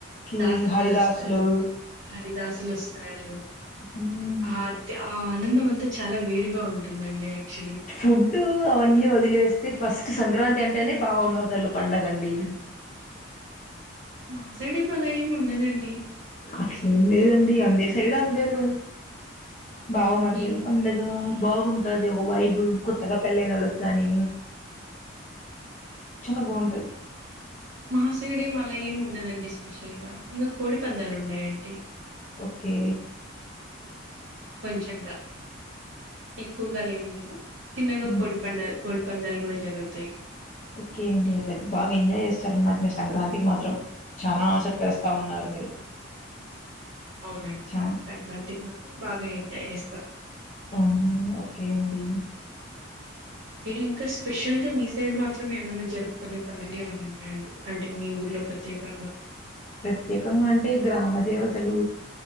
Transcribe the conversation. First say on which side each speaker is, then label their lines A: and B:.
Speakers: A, on the left (about 35°); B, on the right (about 70°).
A: కి
B: దాసప్పలు
A: హరిదాసులు
B: వస్తారు. హరిదాసులు వస్తారు
A: మ్మ్
B: ఆది ఆ ఆనందం అంతా చాలా వేరుగా ఉన్. టుందండి ఆక్చుల్లీ.
A: ఫుడ్ అవన్నీ వదిలేస్తే ఫస్ట్ సంక్రాంతి అంటేనే బావమరదలు పండగ అండి.
B: మా సైడ్ ఏం మళ్ళ ఏం ఉండదండి.
A: అట్లేం లేదండి అందిరి సైడ్ అందే ను బావ మరదల్
B: ఏం
A: పండగ్. ఆ బాగుంటాది ఒక వైబ్ కొత్తగా పెళ్లైనోళ్ళకి గాని. చానా బాంటాది.
B: మాసేడే మళ ఏమి ఉండదండి స్పెషల్గా ఇంకా కోడిపందాలు ఉన్నాయండి.
A: ఓకే.
B: కొంచెంగా ఎక్కువగా లేం లేదు చిన్నగా
A: మ్మ్
B: కోడి పంద్యాల్. కోడి పందాలు కూడా జరుగుతాయి.
A: ఓకే అండి అట్లా అయితే బాగా ఎంజాయ్ చేస్తారనమాట్ మీరు సంక్రాంతికి మాత్రం. చానా చెప్పేస్తా
B: సంక్రాంతికి
A: ఉన్నారు మీరు
B: అవునండి
A: చ.
B: సంక్రాంతికి మాత్రం బాగా ఎంజాయ్ చేస్తాం.
A: అవునా ఓకే అండి.
B: మీరు ఇంకా స్పెషల్ గా మీ సైడ్ మాత్రమే ఏమన్నా జరుపుకునే పండుగలు ఏమైనా ఉన్నాయాండి. అంటే మీ ఊర్లో ప్రత్యేకంగా.
A: ప్రత్యేకంగా అంటే ఈ గ్రామ దేవతలు.